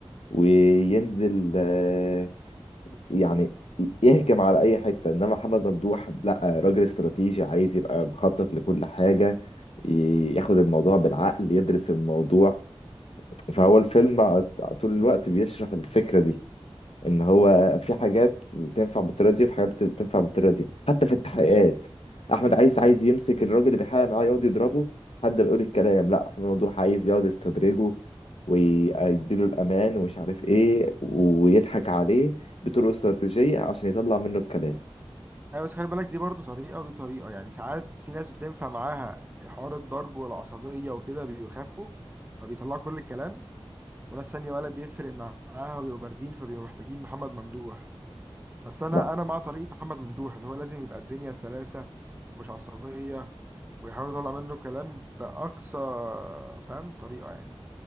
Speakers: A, on the left; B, on the right.
A: وينزل آه، يعني يهجم على أي حتة إنما محمد ممدوح لأ راجل استراتيجي عايز يبقى مخطط لكل حاجة ياخد الموضوع بالعقل يدرس الموضوع فهو الفيلم ع- طول الوقت بيشرح الفكرة دي ان هو في حاجات تنفع بالطريقه دي وفي حاجات تنفع بالطريقه دي حتى في التحقيقات احمد عايز عايز يمسك الراجل اللي بيحقق معاه يقعد يضربه حد بيقول الكلام لا احمد ممدوح عايز يقعد يستدرجه ويديله الامان ومش عارف ايه ويضحك عليه بطرق استراتيجيه عشان يطلع منه الكلام
B: ايوه بس خلي بالك دي برضه طريقه ودي طريقه يعني ساعات في ناس بتنفع معاها حوار الضرب والعصبيه وكده بيخافوا فبيطلعوا كل الكلام وناس تانية ولا بيفرق معاها وبيبقوا باردين فبيبقوا محتاجين محمد ممدوح بس انا
A: ما,
B: انا مع طريقه محمد ممدوح اللي هو لازم يبقى الدنيا سلاسه ومش عصبيه ويحاول يطلع منه كلام باقصى فاهم طريقه يعني